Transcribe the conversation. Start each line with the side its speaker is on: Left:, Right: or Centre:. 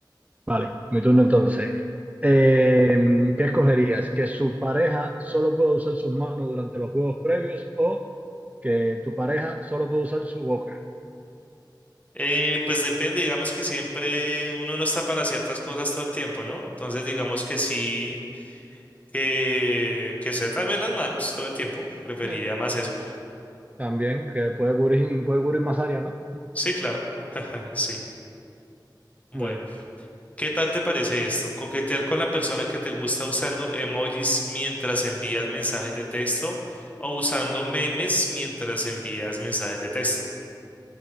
Right: Vale, mi turno entonces. Eh, ¿qué escogerías? ¿Que su pareja solo pueda usar sus manos durante los juegos previos o que tu pareja solo pueda usar su boca?
Left: Eh, pues depende, digamos que siempre uno no está para ciertas cosas todo el tiempo, ¿no? Entonces, digamos que sí, que, que sea tal vez las manos todo el tiempo, preferiría
Right: Sí.
Left: más eso.
Right: También, que puede cubrir, puede cubrir más área, ¿no?
Left: Sí, claro. <laughs> Sí. Bueno,
Right: Vale.
Left: ¿qué tal te parece esto? Coquetear con la persona que te gusta usando emojis mientras envías mensajes de texto o usando memes mientras envías mensajes de texto.